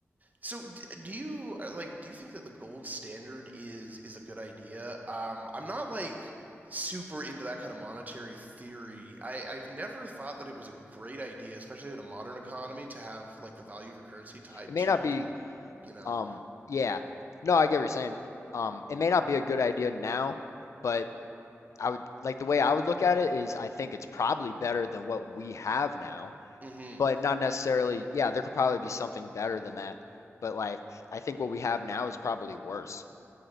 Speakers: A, on the right (about 35°); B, on the left (about 80°).
A: So do you uh, like do you think that the gold standard is is a good idea? Um, I'm not like super into that kind of monetary theory. I, I've never thought that it was a great idea, especially in a modern economy, to have like the value of a currency tied
B: It may
A: to,
B: not be
A: dem you know.
B: um yeah. No, I get what you're saying. Um it may not be a good idea now, but I would like the way I would look at it is I think it's probably better than what we have now.
A: hmm
B: but not necessarily, yeah, there could probably be something better than that. But like, I think what we have now is probably worse.